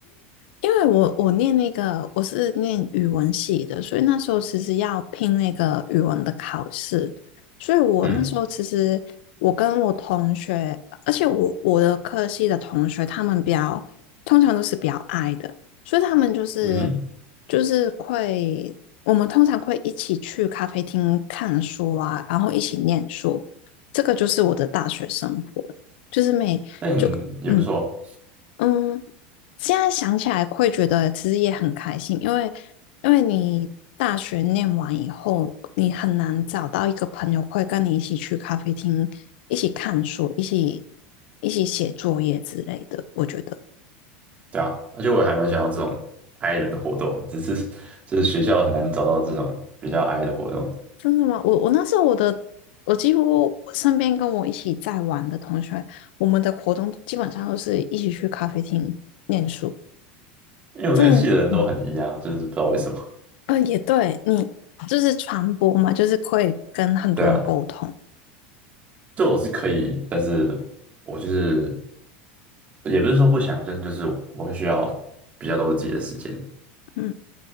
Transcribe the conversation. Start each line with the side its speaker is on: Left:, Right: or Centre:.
Left: 因为我我念那个我是念语文系的，所以那时候其实要拼那个语文的考试，所以我那时候其实我跟我同学，
Right: 嗯
Left: 而且我我的科系的同学，他们比较通常都是比较矮的，所以他们就是
Right: 嗯哼，
Left: 就是会我们通常会一起去咖啡厅看书啊，然后一起念书，这个就是我的大学生活，就是每就嗯。
Right: 但也不错。
Left: 嗯，现在想起来会觉得其实也很开心，因为因为你大学念完以后，你很难找到一个朋友会跟你一起去咖啡厅，一起看书，一起一起写作业之类的。我觉得
Right: 对啊，而且我还蛮想要这种 i 人的活动，只是就是学校很难找到这种比较 i 的活动，
Left: 真的吗？我我那时候我的我几乎我身边跟我一起在玩的同学，我们的活动基本上都是一起去咖啡厅念书，
Right: 因为我那个系的人都很
Left: 这嗯，
Right: e 啊，就是不知道为什么。
Left: 啊、也对，你就是传播嘛，就是会跟很多人沟通，
Right: 对啊，就我是可以，但是我就是也不是说不想，就是就是我会需要比较多自己的时间。
Left: 嗯，